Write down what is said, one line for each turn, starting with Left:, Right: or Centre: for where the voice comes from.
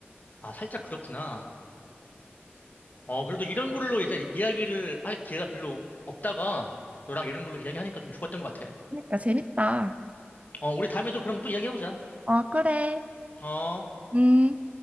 Left: 아, 살짝 그렇구나. 어, 그래도 이런 걸로 이제 이야기를 할 기회가 별로 없다가 너랑 이런 걸로 이야기하니까 좀 좋았던 것 같아.
Right: 그러니까 재밌다.
Left: 어, 우리 다음에도 그럼 또 이야기해보자.
Right: 어, 그래.
Left: 어.
Right: 음.